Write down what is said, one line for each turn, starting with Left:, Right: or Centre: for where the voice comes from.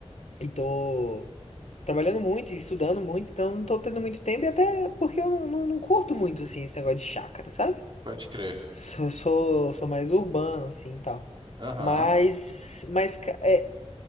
Left: e tô trabalhando muito e estudando muito, então não tô tendo muito tempo e até porque eu não, não, não curto muito assim esse negócio de chácara, sabe?
Right: pode crer.
Left: Sou, sou, sou mais urbano assim e tal.
Right: Aham,
Left: Mas, mas ca- é,